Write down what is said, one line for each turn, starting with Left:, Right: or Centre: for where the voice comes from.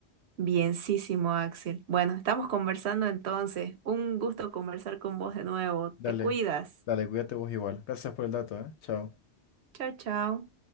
Right: Bienísimo, Axel. Bueno, estamos conversando entonces. Un gusto conversar con vos de nuevo.
Left: Dale,
Right: Te cuidas.
Left: dale, cuídate vos igual. Gracias por el dato, ¿eh? Chao.
Right: Chao, chao.